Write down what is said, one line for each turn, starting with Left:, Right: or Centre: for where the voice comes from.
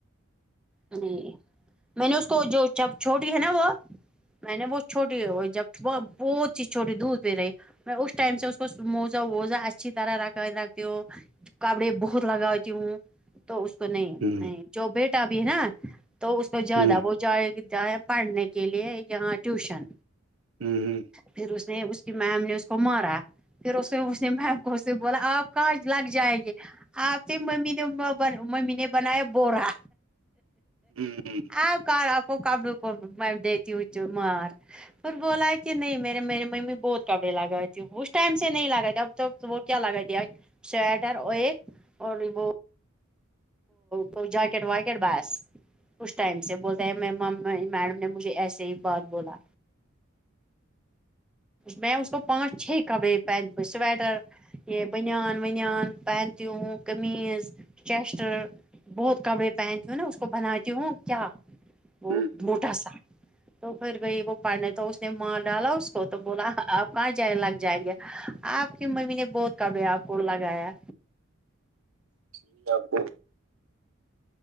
Centre: نہیں میں نے اس کو جو جب چھوٹی ہے نا وہ میں نے وہ چھوٹی وہ جب بہت چی چھوٹی دور پہ رہی میں اس ٹائم سے اس کو موزہ ووزہ اچھی طرح رکھ رکھتی ہو کپڑے بہت لگاتی ہوں تو اس کو نہیں
Right: ہوں
Centre: نہیں جو بیٹا بھی ہے نا تو اس کو زیادہ
Right: ہوں
Centre: وہ جائے جائے پڑھنے کے لیے یہاں ٹیوشن
Right: ہوں ہوں
Centre: پھر اس نے اس کی میم نے اس کو مارا پھر اس نے اس نے م کو اس سے بولا آپ کہاں لگ جائیں گے آپتے ممی نے ب ممی نے بنایا بوورا
Right: ہوں
Centre: آ ک آپ کو کبڑوں کو دیتی ہو مار پھر بولا کہ نہیں میرے میری ممی بہت کپڑے لگای تھی اس ٹائم سے نہیں لگا تے اب تو تو وہ کیا لگا دیا سویٹر اور ایک اور وہ تو جاکٹ واکٹ باس اس ٹائم سے بولتا ہیں میں میڈم نے مجھے ایسے ہی بات بولا میں اس کو پانچ چھ کب پہن سویٹر یہ بنیان ونیان پینتیوں قمض چیس بہت کپڑے پہنتی ہوں نا اس کو بناتی ہوں کیا بہت
Right: ہوں
Centre: موٹا سا تو پھر بئی وہ پڑھنے تو اس نے مار ڈالا اس کو تو بولا آپ کہاں جائے لگ جائیں گے آپ کی ممی نے بہت کبھی آپ کو لگایا
Right: ج آب کو